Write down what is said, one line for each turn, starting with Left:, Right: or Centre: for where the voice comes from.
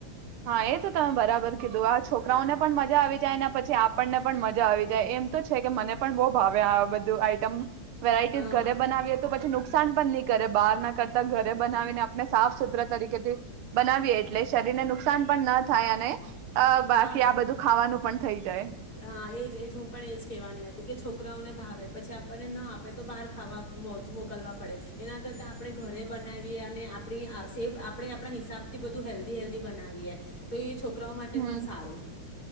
Right: <unintelligible> તો તમે બરાબર કીધું આ છોકરાઓને
Left: હા
Right: પણ મજા આવી જાય એના પછી આપણને પણ મજા આવી જાય એમ તો છે કે મને પણ બહુ ભાવે આ બધ આઈટમ. વેરાયટીસ
Left: હા
Right: ઘરે બનાવીએ તો પછી નુસ નુકસાન પણ નહી કરે બહાર ના કરતા ઘરે બનાવીને આપણે સાફ સુથરા તરીકેથી બનાવીએ એટલે શરીરને નુસ નુકસાન પણ ન થાય અને અ
Left: હા
Right: બાકી આ બધું ખાવાનું પણ થઈ જાય.
Left: હા એજ એજ હું પણ એજ કેવાની હ કે છોકરાઓને ભાવે પછી આપણને ન આપે તો બહાર ખાવા મો મોકલવા પડે એના કરતા આપણે ઘરે બનાવીએ. અને આપણી સેફ આપણે આપણા હિસાબથી બધું હેલ્ધી હેલ્ધી બનાવીએ તો એ છોક છોકરાઓ માટે
Right: હમ
Left: પણ સારું.